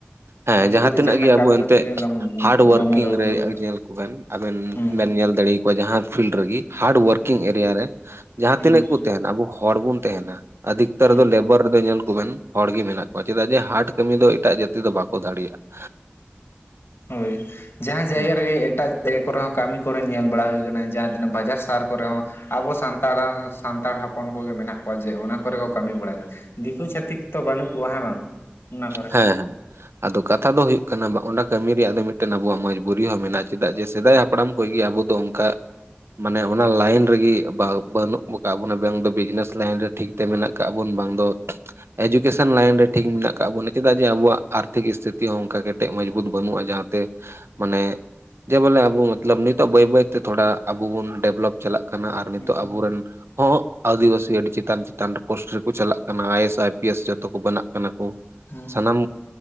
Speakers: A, on the right; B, on the left.
A: ᱦᱮᱸ
B: ᱩᱱᱠᱩ
A: ᱡᱟᱦᱟᱸ
B: ᱫᱚ
A: ᱛᱤᱱᱟᱹᱜ
B: ᱡᱟᱦᱟᱱᱟᱜ
A: ᱜᱮ
B: ᱠᱟᱹᱢᱤ
A: ᱟᱵᱚ ᱮᱱᱛᱮᱜ
B: ᱠᱚᱛᱮ ᱜᱮ
A: ᱦᱟᱨᱰᱚᱣᱟᱨᱠᱤᱝ
B: ᱫᱚᱢᱮ ᱞᱚᱜᱚᱱ
A: ᱨᱮ
B: ᱠᱚ ᱞᱟᱜᱟᱜᱼᱟ
A: ᱧᱮᱞ ᱟᱵᱮᱱ ᱟᱵᱮᱱ
B: ᱦᱩᱸ
A: ᱵᱮᱱ ᱧᱮᱞ ᱫᱟᱲᱮ ᱟᱠᱚᱣᱟ ᱡᱟᱦᱟᱸ ᱯᱷᱤᱞᱰ ᱨᱮᱜᱮ ᱦᱟᱨᱰ ᱳᱣᱟᱨᱠᱤᱝ
B: ᱦᱩᱸ
A: ᱮᱨᱤᱭᱟ ᱨᱮ, ᱡᱟᱦᱟᱸ
B: ᱦᱩᱸ
A: ᱛᱤᱱᱟᱹᱜ ᱠᱚ ᱛᱟᱦᱮᱱᱟ ᱟᱵᱚ ᱦᱚᱲ ᱵᱚᱱ ᱛᱟᱦᱮᱱᱟ ᱟᱫᱷᱤᱠᱛᱟᱨ
B: ᱦᱩᱸ
A: ᱞᱮᱵᱟᱨ ᱨᱮᱫᱚ ᱧᱮᱞ ᱠᱚᱵᱮᱱ ᱾ ᱦᱚᱲ ᱜᱮ ᱢᱮᱱᱟᱜ ᱠᱚᱣᱟ, ᱪᱮᱫᱟᱜ ᱡᱮ, ᱦᱟᱰ ᱠᱟᱹᱢᱤ ᱫᱚ, ᱮᱴᱟᱜ ᱡᱟᱹᱛᱤ ᱫᱚ, ᱵᱟᱠᱚ ᱫᱟᱲᱮᱭᱟᱜᱼᱟ ᱾
B: ᱦᱳᱭ, ᱡᱟᱦᱟᱸ ᱡᱟᱭᱜᱟ
A: ᱦᱮᱸ
B: ᱨᱮᱜᱮ ᱮᱴᱟᱜ ᱛᱮᱜᱮ ᱠᱚᱨᱮ ᱦᱚᱸ ᱠᱟᱹᱢᱤ ᱠᱚᱨᱮ ᱧᱮᱞ ᱵᱟᱲᱟ ᱦᱩᱭ ᱠᱟᱱᱟ ᱡᱟᱦᱟᱸ ᱛᱤᱱᱟᱹᱜ ᱵᱟᱡᱟᱨ ᱥᱟᱦᱟᱨ ᱠᱚᱨᱮ ᱦᱚᱸ ᱟᱵᱚ ᱥᱟᱱᱛᱟᱲᱟᱝ ᱥᱟᱱᱛᱟᱲ ᱦᱚᱯᱚᱱ ᱠᱚᱜᱮ ᱢᱮᱱᱟᱜ ᱠᱚᱣᱟ ᱡᱮ ᱚᱱᱟ ᱠᱚᱨᱮ ᱠᱚ ᱠᱟᱹᱢᱤ ᱵᱟᱲᱟᱭᱫᱟ ᱾ ᱫᱤᱠᱩ ᱪᱷᱟᱛᱤᱠ ᱛᱚ, ᱵᱟᱹᱱᱩᱜ ᱠᱚᱣᱟ, ᱦᱮᱸ ᱵᱟᱝ? ᱚᱱᱟ ᱠᱚᱨᱮ
A: ᱦᱮᱻ ᱦᱮᱸ ᱾ ᱟᱫᱚ, ᱠᱟᱛᱷᱟ ᱫᱚ ᱦᱩᱭᱩᱜ ᱠᱟᱱᱟ, ᱵᱟᱸ ᱚᱱᱟ ᱠᱟᱹᱢᱤ ᱨᱮᱭᱟᱜ ᱫᱚ, ᱢᱤᱫᱴᱮᱱ ᱟᱵᱚᱣᱟᱜ, ᱢᱚᱸᱡᱽ ᱵᱩᱨᱤ ᱦᱚᱸ, ᱢᱮᱱᱟᱜᱼᱟ, ᱪᱮᱫᱟᱜ ᱡᱮ, ᱥᱮᱫᱟᱭ ᱦᱟᱯ ᱯᱲᱟᱢ ᱠᱷᱚᱡ ᱜᱮ ᱟᱵᱚ ᱫᱚ ᱚᱝᱠᱟ ᱢᱟᱱᱮ ᱚᱱᱟ ᱞᱟᱭᱤᱱ ᱨᱮᱜᱮ ᱵᱟ ᱵᱟᱹᱱᱩᱜ ᱠᱟᱜ ᱵᱚᱱᱟ ᱵᱮᱝ ᱫᱚ ᱵᱤᱡᱽᱱᱮᱥ ᱞᱟᱭᱤᱱ ᱨᱮ! ᱴᱷᱤᱠ ᱛᱮ ᱢᱮᱱᱟᱜ ᱠᱟᱜ ᱵᱚᱱ ᱵᱟᱝ ᱫᱚ ᱮᱡᱩᱠᱮᱥᱚᱱ ᱞᱟᱭᱤᱱ ᱨᱮ ᱴᱷᱤᱠ ᱢᱮᱱᱟᱜ ᱠᱟᱜ ᱵᱚᱱ ᱪᱮᱫᱟᱜ ᱡᱮ ᱟᱵᱚᱣᱟᱜ ᱟᱨᱛᱷᱤᱠ ᱤᱥᱛᱷᱤᱛᱤ ᱚᱝᱠᱟ ᱠᱮᱴᱮᱡ ᱢᱚᱡᱽᱵᱩᱛ ᱵᱟᱹᱱᱩᱜᱼᱟ, ᱡᱟᱦᱟᱸᱛᱮ ᱢᱟᱱᱮ, ᱡᱮ ᱵᱚᱞᱮ, ᱟᱵᱚ ᱢᱚᱛᱞᱚᱵ, ᱱᱤᱛᱚᱜ ᱵᱟᱹᱭ ᱵᱟᱹᱭ ᱛᱮ, ᱛᱷᱚᱲᱟ ᱟᱵᱚ ᱵᱚᱱ, ᱰᱮᱵᱷᱞᱚᱯ ᱪᱟᱞᱟᱜ ᱠᱟᱱᱟ, ᱟᱨ ᱱᱤᱛᱚᱜ
B: ᱦᱩᱸ
A: ᱟᱵᱚᱨᱮᱱ ᱦᱚᱸ ᱦᱚᱸ ᱟᱹᱫᱤᱵᱟᱹᱥᱤ ᱟᱹᱰᱤ ᱪᱮᱛᱟᱱ ᱪᱮᱛᱟᱱ ᱨᱮ ᱯᱳᱥᱴ ᱨᱮᱠᱚ ᱪᱟᱞᱟᱜ ᱠᱟᱱᱟ I S, I P S ᱡᱚᱛᱚ ᱠᱚ ᱵᱮᱱᱟᱜ ᱠᱟᱱᱟ ᱠᱚ ᱾
B: ᱦᱩᱸ
A: ᱥᱟᱱᱟᱢ